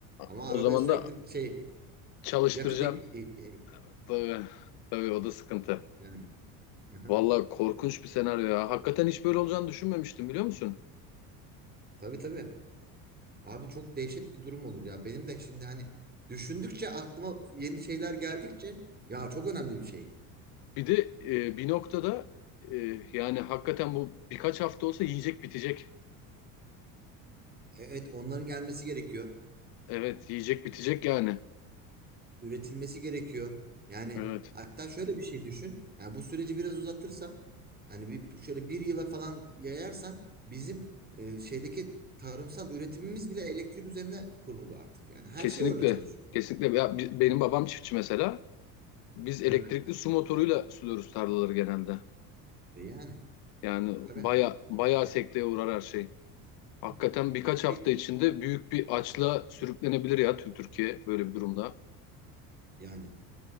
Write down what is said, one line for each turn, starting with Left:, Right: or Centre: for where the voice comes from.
Right: Ama
Left: O
Right: arabaya
Left: zaman
Right: sürekli
Left: da
Right: şey
Left: çalıştıracaksın.
Right: yakıt ek e- e-
Left: Tabii, tabii o da sıkıntı.
Right: yani. Hı-hı.
Left: Vallahi korkunç bir senaryo ya. Hakikaten hiç böyle olacağını düşünmemiştim biliyor musun?
Right: Tabii tabii. Abi çok dehşet bir durum olur ya. Benim de şimdi hani düşündükçe aklıma yeni şeyler geldikçe ya çok önemli bir şey.
Left: Bir de e, bir noktada e, yani hakikaten bu birkaç hafta olsa yiyecek bitecek.
Right: E-, Evet onların gelmesi gerekiyor.
Left: Evet, yiyecek bitecek yani.
Right: üretilmesi gerekiyor. Yani
Left: Evet,
Right: hatta şöyle bir şey düşün. Yani bu süreci biraz uzatırsan hani bir şöyle bir yıla falan yayarsan bizim e, şeydeki tarımsal üretimimiz bile elektrik üzerine kurulu artık. Yani her
Left: kesinlikle.
Right: şey orada çalışıyor.
Left: Kesinlikle. Ya, bi- benim babam çiftçi mesela. Biz elektrikli
Right: Evet.
Left: su motoruyla suluyoruz tarlaları genelde.
Right: E yani
Left: Yani
Right: tabii.
Left: baya bayağı sekteye uğrar her şey.
Right: Hı.
Left: Hakikaten birkaç hafta
Right: Peki,
Left: içinde büyük bir açla sürüklenebilir ya tüm Türkiye böyle bir durumda.
Right: Yani